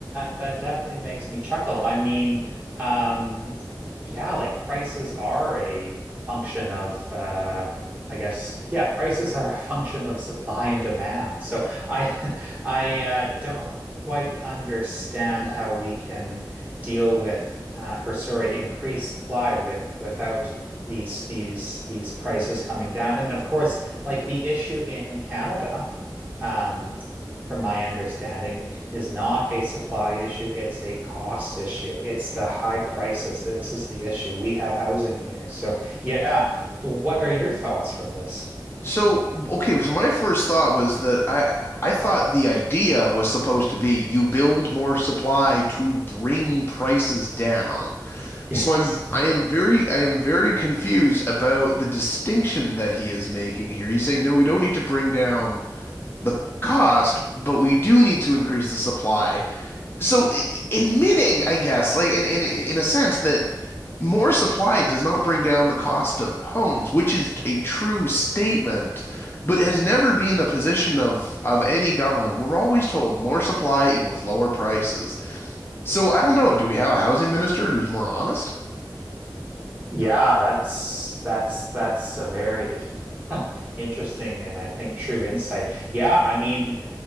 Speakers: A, on the right; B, on the left.
A: that definitely makes me chuckle. I mean, um, yeah, like prices are a function of uh, I guess yeah, prices are a <laughs> function of supply and demand. So I <laughs> I uh, don't quite understand how we can deal with uh, or sorry, increase supply with without these these these prices coming down. And of course, like the issue in Canada. Um, from my understanding, is not a supply issue. It's a cost issue. It's the high prices. This is the issue. We have housing here. So, yeah. What are your thoughts from this?
B: So, okay, so my first thought was that I I thought the idea was supposed to be you build more supply to bring prices down.
A: Yes.
B: So I'm I am very I am very confused about the distinction that he is making here. He's saying, no, we don't need to bring down the cost, but we do need to increase the supply. So i- admitting, I guess, like in in in a sense that more supply does not bring down the cost of homes, which is a true statement, but has never been the position of of any government. We're always told more supply equals lower prices. So I don't know, do we have a housing minister who's more honest?
A: Yeah, that's that's that's a very <laughs> interesting and I think true insight. Yeah, I mean,